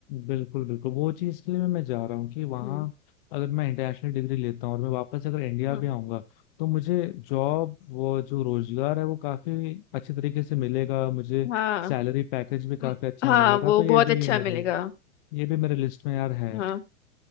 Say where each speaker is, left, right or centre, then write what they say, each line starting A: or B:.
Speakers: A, on the left; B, on the left.
A: बिल्कुल बिल्कुल वो चीज के लिए मैं जा रहा हूँ कि वहाँ
B: हम्म
A: अगर मैं इंटरनेशनल डिग्री लेता हूँ और मैं वापस अगर इंडिया
B: हम्म।
A: भी आऊंगा तो मुझे जॉब वो जो रोजगार है वो काफी अच्छे तरीके से मिलेगा मुझे
B: हाँ
A: सैलरी पैकेज भी
B: म-
A: काफी अच्छा
B: हाँ
A: मिलेगा
B: वो
A: तो ये
B: बहुत
A: भी
B: अच्छा
A: मेरे
B: मिलेगा
A: ये भी मेरे लिस्ट में यार है
B: हाँ